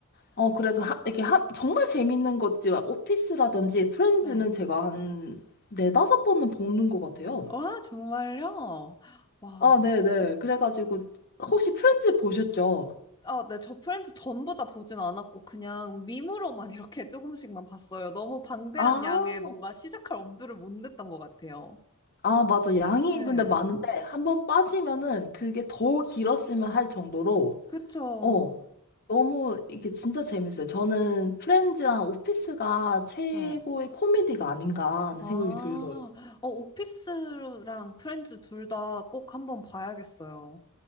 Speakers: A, on the left (about 45°); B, on the left (about 20°).
A: 어, 그래서 하, 이렇게 하, 정말 재밌는 것지 오피스라든지 프렌즈는
B: 네.
A: 제가 한 네다섯 번은 보는 것 같아요.
B: 와, 정말요? 와.
A: 아, 네네. 그래가지고 혹시 프렌즈 보셨죠?
B: 아, 네, 저 프렌즈 전부 다 보진 않았고, 그냥 밈으로만 <laughs> 이렇게 조금씩만 봤어요. 너무 방대한
A: 아,
B: 양의 뭔가 시작할 엄두를 못 냈던 것 같아요.
A: 아, 맞아. 양이
B: 네,
A: 근데 많은데 한번 빠지면은 그게 더 길었으면 할 정도로
B: 그쵸.
A: 어, 너무 이게 진짜 재밌어요. 저는 프렌즈랑 오피스가 최고의
B: 네.
A: 코미디가 아닌가 하는
B: 아,
A: 생각이 들어요.
B: 어, 오피스랑 프렌즈 둘 다 꼭 한번 봐야겠어요.